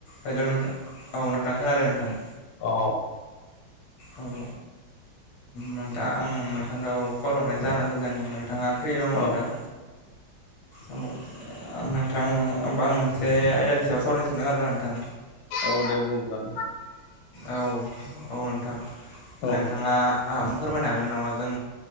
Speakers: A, on the left; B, on the left.
A: हेल' नोंथां औव नोंथां खोनादों नोंथां।
B: औ
A: औव नोंथा आं नोंथांखौ कल हरनाय जाहोन आनो जादों नों नोंथाङा फ्रि दंबा
B: औ
A: नोंथां। औव नोंथां होमबा आं मोनसे आयदानि सायाव सावरायनो सानदों आरोना नोंथां
B: औव दे बुं नोंथां।
A: औव औव नोंथां
B: औ
A: नोंथाङा फोरमायनो हागोन नामा जों